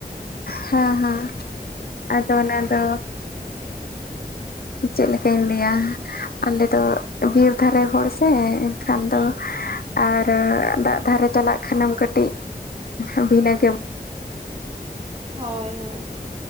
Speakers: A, on the left; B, on the right.
A: ᱦᱮᱸ ᱦᱮᱸ ᱟᱫᱚ ᱚᱱᱟ ᱫᱚ ᱪᱮᱫᱮᱠᱟᱧ ᱞᱟᱹᱭᱟ ᱟᱞᱮ ᱫᱚ ᱵᱤᱨ ᱫᱷᱟᱨᱮ ᱦᱚᱲ ᱥᱮ ᱮᱱᱠᱷᱟᱱ
B: ᱦᱩᱸ
A: ᱫᱚ ᱟᱨ ᱫᱟᱜ ᱫᱷᱟᱨᱮ ᱪᱟᱞᱟᱜ ᱠᱷᱟᱱᱮᱢ ᱠᱟᱹᱴᱤᱡ ᱵᱷᱤᱱᱟᱹ <unintelligible> ᱜᱮᱢ
B: ᱦᱳᱭ ᱦᱳᱭ